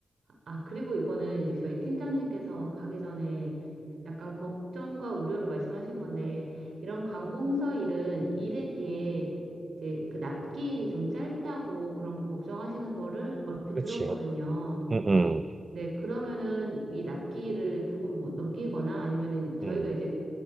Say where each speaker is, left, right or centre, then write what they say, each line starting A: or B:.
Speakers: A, on the right; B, on the right.
A: 아, 그리고 이거는 이제 저희 팀장님께서 가기 전에 약간 걱정과 우려를 말씀하신 건데, 이런 관공서 일은 일에 비해 이제 그 납기일이 좀 짧다고 그런 거 걱정하시는 거를 얼핏
B: 그렇지.
A: 들었거든요.
B: 음, 음,
A: 네, 그러면은 이 납기를 조금 뭐 넘기거나 아니면은 저희가
B: 음,
A: 이제